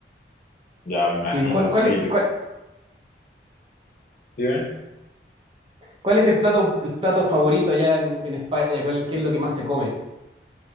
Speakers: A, on the left; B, on the right.
A: Ya me imagino,
B: ¿Y cuál, cuál
A: sí.
B: es,
A: Yo,
B: cuál,
A: ¿sí ves?
B: cuál es el plato, el plato favorito allá en, en España? ¿Cuál, qué es lo que más se come?